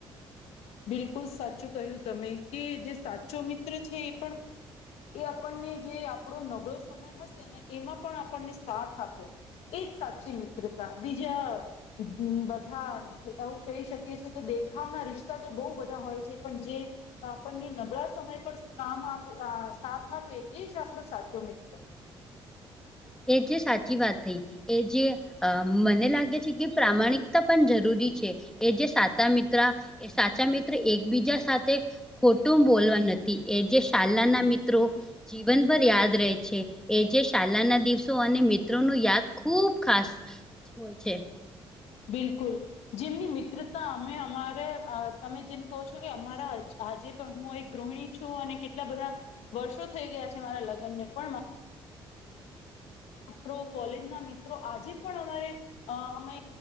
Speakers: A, on the left; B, in the centre.
A: બિલકુલ સાચું કહ્યું તમે કે જે સાચો મિત્ર છે એ પણ એ આપણને જે આપણો નબળો સમય હશે ને એમાં પણ આપણને સાથ આપ્યો એજ સાચી મિત્રતા બીજા બધા એવું કહી શકીએ છી કે દેખાવના રિશ્ તો બહુ બધા હોય છે પણ જે આપણને નબળા સમય પર કામ સાથ આપે એ જ આપડો સાચો મિત્ર.
B: એ જે સાચી વાત થઈ એ જે અ મને લાગે છે કે પ્રામાણિકતા પણ જરૂરી છે એ જે સાતા મિત્ર એ સાચા મિત્ર એકબીજા સાથે ખોટું બોલવા નથી એ જે શાલાના મિત્રો જીવનભર યાદ રહે છે એ જે શાલાના દિવસ દિવસો ને મિત્રો નો યાદ ખુબ ખાસ હોય છે.
A: બિલકુલ. જેમની મિત્રતા અમે અમારે તમે જેમ કહો છો કે અમારા આજે હું એક ગૃહિણી છું અને કેટલા બધા વર્ષો થઈ ગયા છે મારા લગ્ન ને પણ તો કોલેજ ના મિત્રો આજે પણ અમારે અ અમે